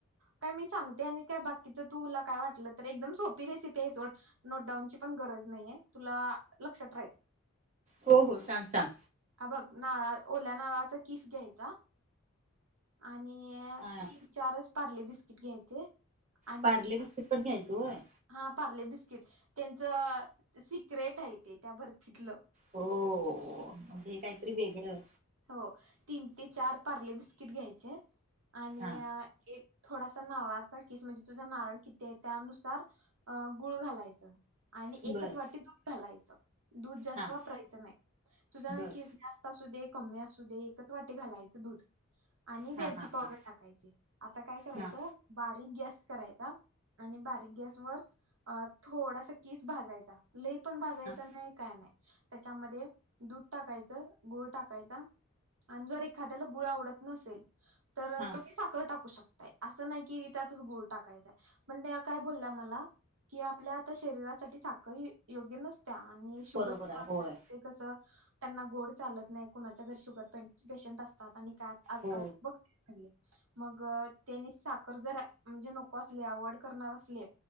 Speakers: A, on the right (about 65°); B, on the right (about 35°).
A: काय मी सांगते आणि काय बाकीच तुला काय वाटलं तर एकदम सोपी नोटडांउनची पण गरज नाही तुला लक्षात राहील
B: हो हो सांग सांग
A: हा बघ नाळा ओल्या नाळाचा किस घ्यायचा आणि
B: हा
A: तीन चारच पार्ले बिस्किट घ्यायचे आणि
B: पार्ले बिस्कट पण घ्यायचे होय
A: हा पार्ले बिस्किट त्यांचं सिक्रेट आहे ते त्या बर्फातून
B: हो म्हणजे हे काहीतरी वेगळं
A: हो तीन ते चार पार्ले बिस्किट घ्यायचे आणि
B: हा
A: एक थोडासा नारळाचा किस म्हणजे तुझा नारळ किती आहे त्यानुसार अ गुळ घालायच आणि
B: बर
A: एकच वाटी दूध घालायचं दूध जास्त
B: हा
A: वापरायचं नाही तुझ
B: बर
A: नीस जास्त असू दे कमी असू दे एकच वाटे घालायचं दूध आणि
B: हा
A: वेलची
B: हा
A: पावडर
B: हा
A: टाकायची आता काय करायच
B: हा
A: बारीक गॅस करायचा आणि बारीक गॅस वर थोडासा किस भाजायचा लेई पण भाजायचं
B: हा
A: नाही काय नाही त्याच्यामध्ये दूध टाकायचं गुळ टाकायचं जर एखाद्याला गुळ आवडत नसेल तर
B: हा
A: तुम्ही साखर टाकू शकता असं नाही की त्यातच गुळ टाकायचां पण त्या काय बोलल्या मला कि आपल्या आता शरीरासाठी साखर योग्य नसते आणि शुगर
B: बरोबर आहे होय
A: कस त्यांना गोड चालत नाही कुणाच्या घरी शुगर पेशंट असतात आणि काय आजकाल
B: हो
A: बघ मग त्यांनी साखर जर म्हणजे नको असले अवाइड करणार असले